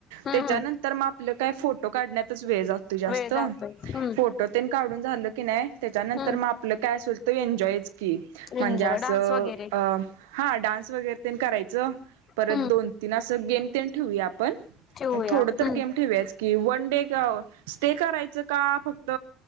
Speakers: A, on the left; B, on the right.
A: हम्म
B: त्याच्यानंतर
A: हम्म
B: म आपलं काय फोटो काढण्यातच वेळ जातोय जास्त
A: वेळ जातोय हम्म
B: फोटो तेन काढून झालं की नाय त्याच्यानंतर
A: हम्म
B: मग आपलं काय असल तो एन्जॉयच की म्हणजे
A: एन्जॉय
B: असं
A: डान्स वगैरे
B: अ हा डान्स वगैरे तेन करायचं परत
A: हम्म
B: दोन तीन असं गेम तेन ठेवूया आपण
A: ठेवूया
B: अन थोडं तर
A: हम्म
B: गेम ठेवूयाच कि वन डे <unintelligible> स्टे करायचं का फक्त